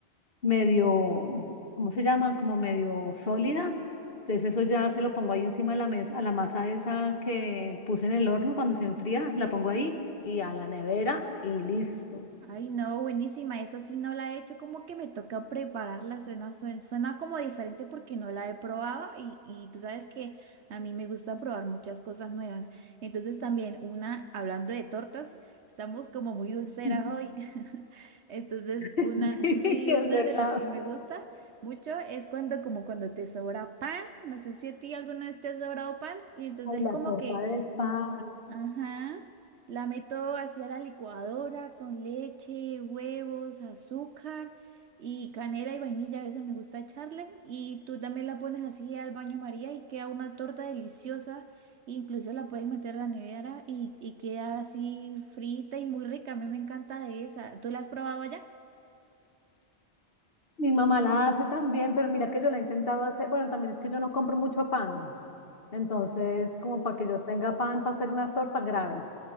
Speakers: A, on the left (about 60°); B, on the right (about 80°).
A: medio, ¿cómo se llama? Como medio sólida. Entonces eso ya se lo pongo ahí encima de la mesa, a la masa esa que puse en el horno cuando se enfría, la pongo ahí y a la nevera y listo.
B: Ay, no, buenísima. Esa sí no la he hecho, como que me toca prepararla. Suena, suena, suena como diferente porque no la he probado y, y tú sabes que a mí me gusta probar muchas cosas nuevas. Entonces también una, hablando de tortas, estamos como muy dulceras
A: <laughs>
B: hoy. <laughs> Entonces
A: Sí,
B: una, sí,
A: es
B: una
A: verdad.
B: de las que me gusta mucho es cuando como cuando te sobra pan. No sé si a ti alguna vez te ha sobrado pan y entonces
A: Ay, la
B: como
A: torta
B: que...
A: de pan.
B: Ajá. La meto hacia la licuadora con leche, huevos, azúcar y canela y vainilla. A veces me gusta echarle. Y tú también la pones así al baño María y queda una torta deliciosa. Incluso la puedes meter a la nevera y, y queda así frita y muy rica. A mí me encanta de esa. ¿Tú la has probado allá?
A: Mi mamá la hace también, pero mira que yo la he intentado hacer. Bueno, también es que yo no compro mucho pan. Entonces, como para que yo tenga pan para hacer una torta grave.